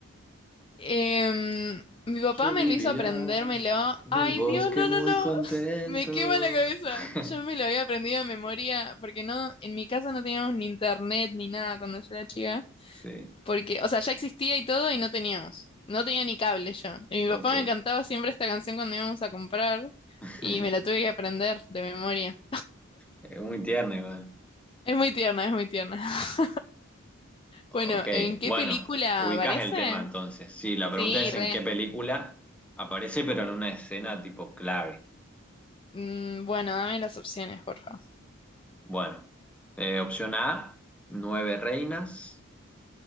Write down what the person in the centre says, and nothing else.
Yo
vivía
en
el bosque
muy
contento.
<laughs>
Sí,
ok.
<laughs>
Es muy tierno igual.
Ok,
bueno,
ubicás
el tema entonces. Sí, la
pregunta es
en qué película aparece, pero en una escena tipo clave.
Bueno, eh, opción A, nueve reinas.